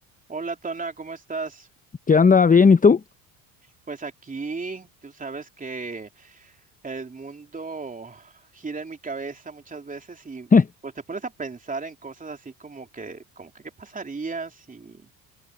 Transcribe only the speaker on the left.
¿Qué onda? ¿Bien? ¿Y tú?
<laughs>